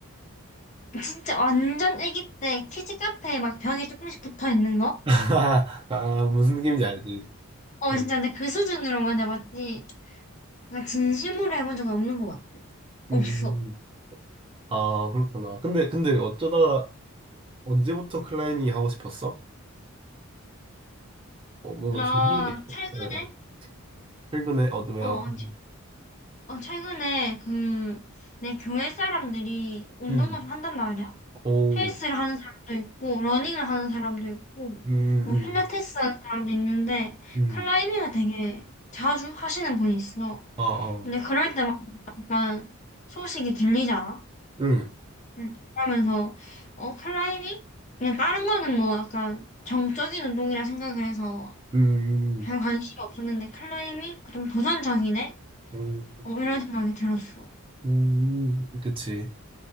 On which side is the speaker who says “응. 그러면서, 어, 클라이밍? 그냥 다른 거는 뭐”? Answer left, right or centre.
Left